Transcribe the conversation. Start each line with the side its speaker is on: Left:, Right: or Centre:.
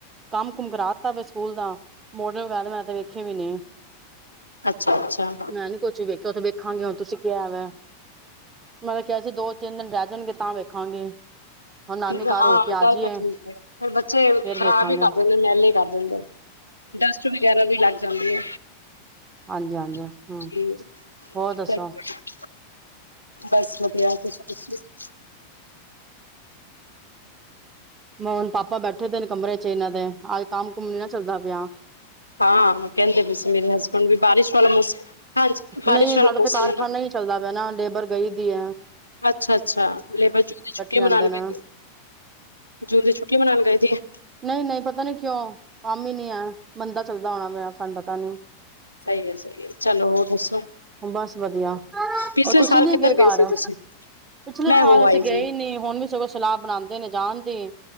Right: ਕੰਮ ਕੁਮ ਕਰਾ ਦਿੱਤਾ ਵੇ ਸਕੂਲ ਦਾ ਮੋਡਲ ਗੱਲ ਮੈਂ ਤਾਂ ਵੇਖੇ ਵੀ ਨੀ।
Left: ਅੱਛਾ ਅੱਛਾ
Right: ਮੈਂ ਨੀ ਕੁਛ ਵੀ ਵੇਖਿਆ, ਔ ਤਾਂ ਵੇਖਾਂਗੇ ਹੁਨ ਤੁਸੀਂ ਕਿਆ ਵ। ਮੈਂ ਤੇ ਕਿਹਾ ਸੀ ਦੋ- ਤਿੰਨ ਦਿਨ ਰੈ ਜਾਣਗੇ ਤਾਂ ਵੇਖਾਂਗੇ। ਹੁਣ ਨਾਨੀ
Left: ਠੀਕ
Right: ਘਰ
Left: ਹਾਂ
Right: ਹੋ ਕੇ ਆ
Left: ਗੱਲ
Right: ਜਾਈਏ
Left: ਤਾਂ ਠੀਕ ਹੈ, ਫਿਰ ਬੱਚੇ
Right: ਫੇਰ
Left: ਖ਼ਰਾਬ
Right: ਵੇਖਾਂਗੇ
Left: ਹੀ ਕਰ ਦਿੰਦੇ ਮੈਲੇ ਕਰ ਦਿੰਦੇ। ਡਸਟ ਵਗੈਰਾ ਵੀ ਲੱਗ ਜਾਂਦੀ ਏ।
Right: ਹਾਂਜੀ ਹਾਂਜੀ
Left: <unintelligible>
Right: ਹਮ ਹੋਰ ਦੱਸੋ
Left: ਬਸ ਵਧੀਆ ਤੁਸੀਂ ਦਸੋ।
Right: ਮੋ ਪਾਪਾ ਬੈਠੇ ਦੇ ਨੇ ਕਮਰੇ 'ਚ ਇਹਨਾਂ ਦੇ ਅੱਜ ਕੰਮ ਕੁਮ ਨੀ ਨਾ ਚੱਲਦਾ ਪਿਆ।
Left: ਹਾਂ ਕਹਿੰਦੇ ਬੇਸੀ ਮੇਰੇ ਹਸਬੈਂਡ ਵੀ ਬਾਰਿਸ਼ ਵਾਲਾ ਮੌਸਮ ਹਾਂਜੀ, ਬਾਰਿਸ਼
Right: ਨਹੀਂ
Left: ਵਾਲਾ
Right: ਸਾਡਾ ਤੇ
Left: ਮੌਸਮ।
Right: ਕਾਰਖਾਨਾ
Left: ਹੈ ਨਾ
Right: ਹੀ ਚੱਲਦਾ ਬਯਾਂ ਨਾ ਲੇਬਰ ਗਈ ਦੀ ਐ।
Left: ਅੱਛਾ-ਅੱਛਾ ਲੇਬਰ ਜੂਨ ਦੀ ਛੂੱਟੀ
Right: ਰਹਿੰਦੇ
Left: ਮਨਾਣ
Right: ਨੇ
Left: ਗਈ। ਜੂਨ ਦੀ ਛੁੱਟੀ ਮਨਾਉਣ ਗਈ ਦੀ ਏ।
Right: ਨਹੀਂ-ਨਹੀਂ ਪਤਾ ਨੀ ਕਿਉਂ ਕੰਮ ਹੀ ਨੀ ਐ ਮੰਦਾ ਚੱਲਦਾ ਹੋਣਾ ਮੇਰਾ ਸਾਨੂੰ ਪਤਾ ਨੀ।
Left: ਸਈ ਐ- ਸਈ ਐ, ਚਲੋ ਹੋਰ ਦੱਸੋ।
Right: ਬਸ ਵਧੀਆ।
Left: ਪਿਛਲੇ
Right: ਔ ਤੁਸੀਂ
Left: ਸਾਲ
Right: ਨੀ
Left: ਕਿੱਧਰ
Right: ਗਏ ਘਰ,
Left: ਸੀ ਤੁਸੀਂ
Right: ਪਿਛਲੇ
Left: ਮੈਂ
Right: ਸਾਲ
Left: ਹੋ
Right: ਅਸੀਂ
Left: ਆਈ
Right: ਗਏ
Left: ਸੀ
Right: ਨੀ ਹੁਣ ਵੀ ਸਗੋਂ ਸਲਾਹ ਬਣਾਂਦੇ ਨੇ ਜਾਣਦੀ।